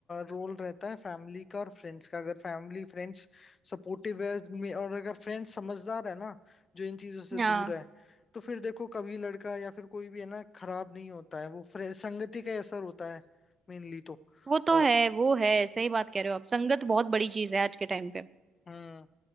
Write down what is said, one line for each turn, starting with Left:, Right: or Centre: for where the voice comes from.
Left: रोल रहता है फैमिली का और फ्रेंड्स का अगर फैमिली फ्रेंड्स सपोर्टिव है मे- और अगर फ्रेंड्स समझदार है ना जो इन चीजों से
Right: हाँ
Left: दूर है तो फिर देखो कभी लड़का या फिर कोई भी है ना खराब नहीं होता है वो फ्रे- संगति का ही असर होता है मेनली तो
Right: वो तो
Left: और
Right: है वो है सही बात कह रहे हो आप संगत बहुत बड़ी चीज है आज के टाइम पे
Left: हम्म